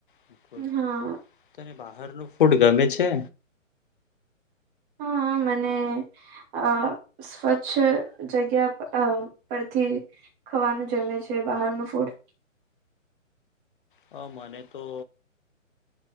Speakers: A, on the left; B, on the right.
A: બિલકુલ.
B: હા
A: તને બહાર નું ફૂડ ગમે છે
B: હા મને અ સ્વચ્છ જગ્યા પરથી ખાવાનું જમે છે બહારનું ફૂડ
A: હ મને તો